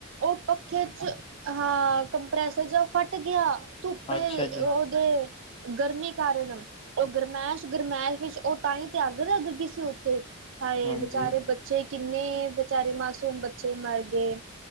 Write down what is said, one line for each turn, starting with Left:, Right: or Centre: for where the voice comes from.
Right: ਓ ਪੱਖੇ ਚ ਹਾਂ ਕੰਪ੍ਰੈਸਰ ਜੇਆ ਫੱਟ ਗੇਆ ਧੁੱਪੇ
Left: ਅੱਛਾ
Right: ਅ
Left: ਜੀ
Right: ਧੁਪੇ ਗਰਮੀ ਕਾਰਨ ਓ ਗਰਮੈਸ਼ -ਗਰਮੈਸ਼ ਵਿੱਚ ਓ ਤਾਂਈ ਤੇ ਅੱਗ ਲੱਗ ਗਈ ਸੀ ਓੱਥੇ। ਹਾਏ
Left: ਹਾਂਜੀ
Right: ਬੇਚਾਰੇ ਬੱਚੇ ਕਿੰਨੇ ਬੇਚਾਰੇ ਮਾਸੂਮ ਬੱਚੇ ਮਰ ਗਏ।